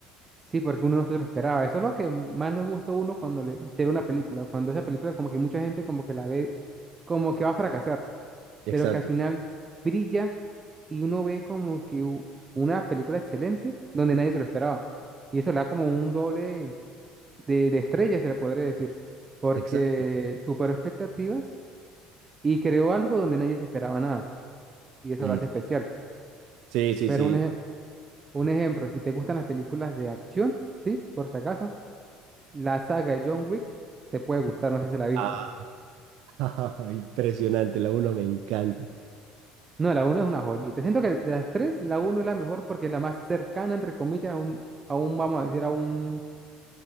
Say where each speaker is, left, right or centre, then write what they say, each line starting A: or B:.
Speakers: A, on the right; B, on the right.
A: Sí, porque uno no se lo esperaba. Eso es lo que más le gusta a uno cuando le- se ve una película. Cuando esa película, como que mucha gente como que la ve, como que va a fracasar,
B: Exacto,
A: pero que al final brilla y uno ve como que u- una película excelente donde nadie se lo esperaba. Y eso le da como un doble de, de estrella, se le podría decir, porque
B: exacto.
A: superó expectativas y creó algo donde nadie se esperaba nada. Y eso
B: Y
A: lo hace especial.
B: sí, sí,
A: Pero
B: sí. sí.
A: un, ej- un ejemplo, si te gustan las películas de acción, ¿sí? Por si acaso. La saga de John Wick te puede gustar, no sé si se la has visto.
B: Ah, <laughs> impresionante, la uno me encanta.
A: No, la uno es una joyita. Siento que de las tres, la uno es la mejor porque es la más cercana, entre comillas, a un, a un, vamos a decir, a un,